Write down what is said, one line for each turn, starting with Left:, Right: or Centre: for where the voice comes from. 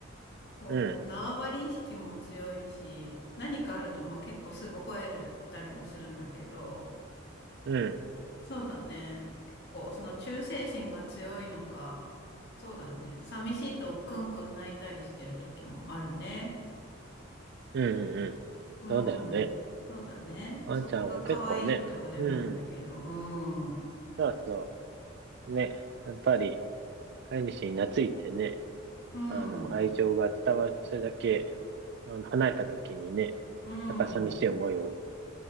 Left: こう、
Right: うん、
Left: 縄張り意識も強いし、何かあると、まあ、結構すぐ吠えるったりもするんだけど、
Right: うん、
Left: そうだね。結構、その忠誠心が強いのか、そうだね。寂しいとクンクン泣いたりしてる時もあるね。
Right: うん、うん。
Left: う
Right: そうだよね。
Left: ん。そうだね。
Right: ワンちゃんは結構ね、
Left: そこが可愛いとこでもあるんだけど、
Right: うん、
Left: うん。う
Right: そうそう。ね、やっぱり飼い主に懐いてね、
Left: ん。
Right: あの、愛情が伝わるとそれだけ、あの、離れた時にね、
Left: うん。
Right: やっぱ寂しい思いを